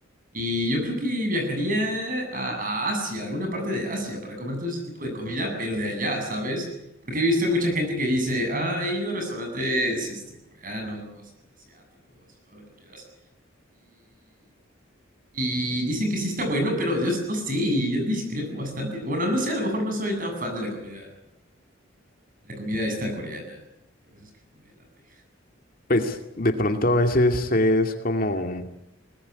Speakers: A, on the right; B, on the left.
A: Y yo creo que viajaría a, a Asia, alguna parte de Asia, para comer todo ese tipo de comida, pero de allá, ¿sabes? Porque he visto mucha gente que dice, ah, he ido a restaurantes este, coreanos, asiáticos y todo lo que quieras. Y dicen que sí está bueno, pero yo no sé, yo discrepo bastante. Bueno, no sé, a lo mejor no soy tan fan de la comida, de la comida esta coreana. Por eso es que no me late.
B: Pues de pronto a veces es como